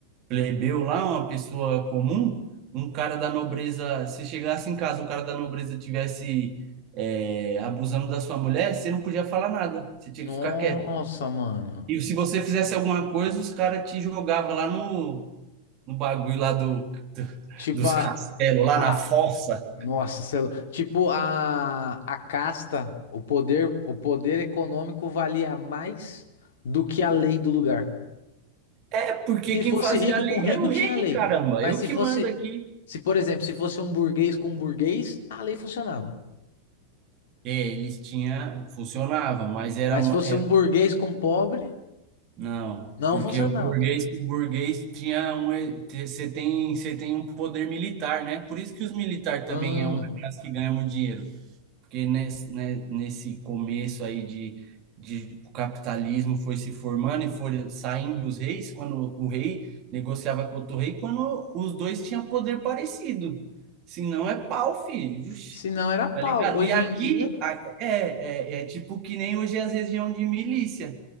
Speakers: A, on the right (about 40°); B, on the left (about 55°).
A: plebeu lá, uma pessoa comum, um cara da nobreza, se chegasse em casa, um cara da nobreza tivesse é, abusando da sua mulher, você não podia falar nada. Você tinha
B: Nossa,
A: que ficar quieto.
B: mano.
A: E se você fizesse alguma coisa, os caras te jogavam lá no, no bagulho lá do, do-
B: Tipo
A: dos
B: a,
A: castelos, lá
B: a
A: na fossa.
B: nossa, sei lá. Tipo a, a casta, o poder, o poder econômico valia mais do que a lei do lugar.
A: É, porque
B: Se
A: quem
B: fosse
A: fazia
B: rico
A: a lei
B: com rico,
A: era o
B: tinha
A: rei,
B: lei.
A: caramba.
B: Mas
A: Eu
B: se
A: que
B: fosse,
A: mando aqui.
B: se por exemplo, se fosse um burguês com burguês, a lei funcionava.
A: É, eles tinham, funcionava, mas era,
B: Mas
A: ma-
B: se fosse
A: era
B: um burguês com pobre,
A: não,
B: não
A: porque
B: funcionava.
A: o burguês, o burguês tinha um, você tem, você tem um poder militar, né? Por isso que os militares também
B: Ah,
A: é uma classe que ganha muito dinheiro. porque nesse, né, nesse começo aí de, de o capitalismo foi se formando e foram saindo os reis, quando o rei negociava com outro rei, quando os dois tinham poder parecido. Se não é pau, filho. Vixe,
B: se não era pau.
A: Tá ligado?
B: Hoje
A: E aqui
B: em dia,
A: a- é, é, é tipo que nem hoje as regiões de milícia.